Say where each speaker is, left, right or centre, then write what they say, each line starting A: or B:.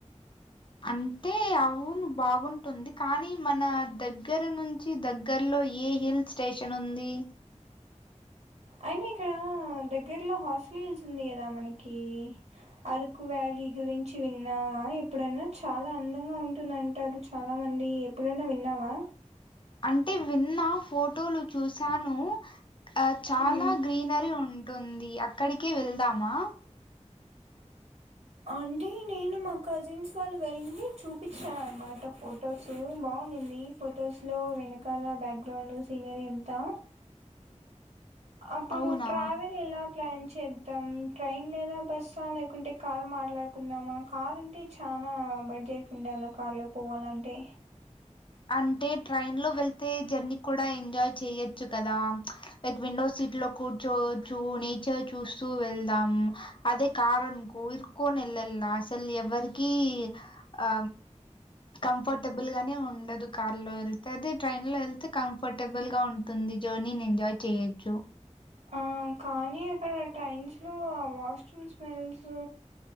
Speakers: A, on the left; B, on the right.
A: అంటే అవును బాగుంటుంది కానీ మన దగ్గర నుంచి చి దగ్గర్లో ఏ హిల్ స్టేషన్ ఉంది
B: అయినా ఇక్కడ దగ్గర్లో హార్సిలీ హిల్స్ ఉంది కదా మనకి అరకు వ్యాలీ గురించి విన్నావా ఎప్పుడన్నా చాలా అందంగా ఉంటుందంటారు చాలా మంది ఎప్పుడైన్నా విన్నావా
A: అంటే విన్న ఫోటోలు చూశాను ఆ చాలా
B: మ్మ్.
A: గ్రీనరీ ఉ ఉంది అక్కడికే వెళ్దామా
B: అంటే నేను మా కజిన్స్ వాళ్ళు వెళ్ళింటే చూపించారూ అన్నమాట ఫొటోస్ బాగుంది ఫొటోస్ లో వెనకాల బ్యాక్గ్రౌండ్ సీనరీ అంతా అప్పుడు
A: అవునా
B: ట్రావెల్ ఎలా ప్లాన్ చేద్దాం ట్రైన్ లేదా బస్సా లేకుంటే కారు మాట్లాడుకుందామా కార్ అంటే చాలా బడ్జెట్ ఉండాలి కార్లో పోవాలంటే
A: అంటే ట్రైన్ లో వెళ్తే జర్నీ కూడా ఎంజాయ్ చెయొచ్చు కదా లైక్ విండో సీట్ లో కూర్చోవచ్చు నేచర్ చూస్తూ వెళ్దాం అదే కార్ అనుకో కోనీ వెళ్ళాలి అసల్ ఎవ్వరికి ఆ కంఫర్టబుల్ గానే ఉండదు కార్ లో వెళ్తే అదే ట్రైన్ లో వెళ్తే కంఫర్టబుల్ గా ఉంటుంది జర్నీని ఎంజాయ్ చేయొచ్చు
B: ఆ కానీ అక్కడ ట్రైన్స్ లో ఆ వాష్రూమ్ స్మెల్స్